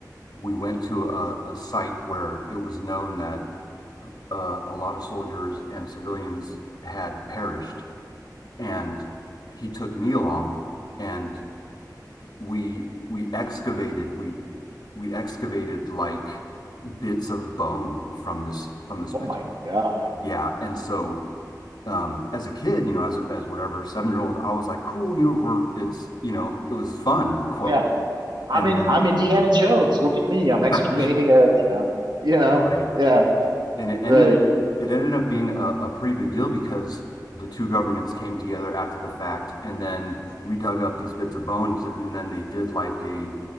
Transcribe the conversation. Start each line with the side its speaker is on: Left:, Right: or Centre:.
Left: we went to a, a site where it was known that uh, a lot of soldiers and civilians had perished and he took me along and we we excavated we we excavated like bits of bone from this from this
Right: Oh
Left: particular
Right: my God.
Left: yeah and so um as a kid you know as as whatever seven year old i was like cool you know we're it's you know it was fun quote
Right: Yeah. I'm
Left: and
Right: in
Left: then
Right: I'm Indiana Jones. Look at me. I'm excavating
Left: <laughs> yeah,
Right: a, you know, you know.
Left: right
Right: Yeah.
Left: and it ended
Right: Right.
Left: up it ended up being a, a pretty big deal because the two governments came together after the fact and then we dug up these bits of bones and then they did like a